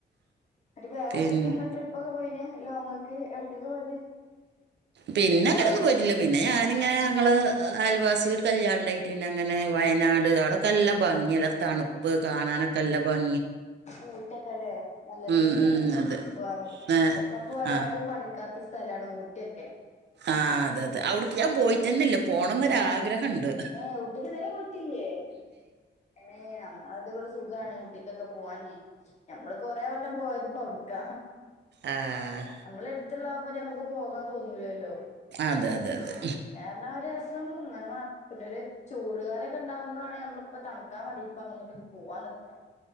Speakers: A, on the left; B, on the right.
A: ന്നട്ട് വേറെവ്ട്ക്കക്കെ
B: പിൻ
A: ങ്ങള് ട്രിപ്പോക്കെ പോയത് ലോങ്ങ്ക്ക് ഒട്ക്കെക്ക പോയത്
B: പിന്നെ അങ്ങനെ ഒന്നും പോയിറ്റില്ല പിന്നെ ഞാനിങ്ങനെ ഞങ്ങൾ അയൽവാസിക്ക് ഒരു കല്യാണണ്ടായ്നു പിന്നെ അങ്ങനെ വയനാട് അവിടെക്കെ നല്ലാ ഭംഗിയല്ലേ തണുപ്പ് കാണാനൊക്കെ ല്ല ഭംഗി
A: ഊട്ടൊക്കെല്ലെ നല്ല രസണല്ലോ
B: ഉം ഉം അതെ
A: പോണത്
B: ഏ
A: എപ്പ പോയാലും
B: ആ
A: മടുക്കാത്ത സ്ഥലാണ് ഊട്ടിയൊക്കെ
B: ആഹ് അതെ അതെ അവിട്ക്ക് ഞാൻ പോയിട്ടെന്നെല്ല പോണംന്നോരാഗ്രഹണ്ട്
A: ഏഹ് ഊട്ടിക്ക് ഇതുവരെ പോയിട്ടില്ലേ ഏഹ് നമ്മളത്ബടെ സുഖാണ് ഊട്ടിക്കൊക്കെ പോവാന് നമ്മള് കൊറെേ വട്ടം പോയത്പ്പോ അവ്ട് അവ്ട്ക്ക
B: ആഹ്
A: നമ്മളെട്ത്ത്ള്ളാവുമ്പോ ഞമ്മക്ക് പോകാൻ തോന്നൂലല്ലോ?
B: അതെ അതെ അതെ
A: ന്നാ ഒരു രസം ഇങ്ങനെ മാ പിന്നൊര് ചൂടുകാലൊക്കെണ്ടാവുമ്പോളാണ് ഞമ്മളിപ്പോ തണുക്കാ വേണ്ടിട്ട് അങ്ങട്ടൊക്കെ പോവാൻ നിക്ക